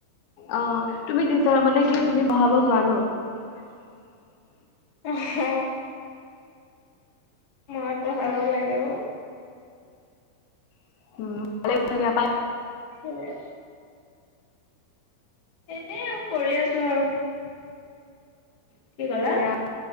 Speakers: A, on the left (about 75°); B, on the left (about 55°).
A: অ তুমি টিচাৰ মানে কি তুমি পহাব যোৱা ন <unintelligible>
B: এহ হ। মই পঢ়াব লাগেও।
A: উমাল <unintelligible>
B: সেইয়ে! এনেই আৰু কৰি আছো আৰু। কি কলা?
A: দিয়া